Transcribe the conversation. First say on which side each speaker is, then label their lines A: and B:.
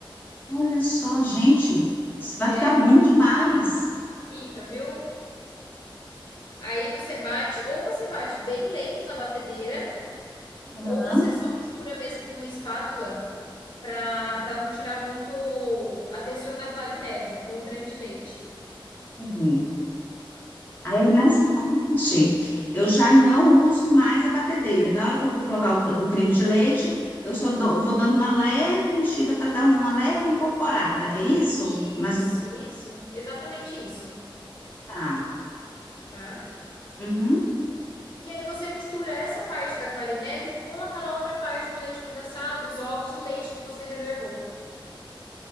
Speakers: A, on the left; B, on the left.
A: Olha só, gente, isso vai
B: É,
A: ficar bom demais.
B: fica, viu? Aí você bate, ou você bate bem lento na batedeira,
A: Aham.
B: ou você só mistura mesmo com uma espátula para para não tirar muito a textura da clara em neve com o creme de leite.
A: Uhum. Aí, nessa parte, eu já não uso mais a batedeira. E na hora que eu for colocar o, cre- o creme de leite, eu só dou- vou dando uma leve mexida para dar uma leve incorporada. É isso?
B: Isso,
A: Mas
B: isso, exatamente isso,
A: tá.
B: tá?
A: Uhum.
B: E aí você mistura essa parte da clara em neve com aquela outra parte do leite condensado, os ovos e o leite que você reservou,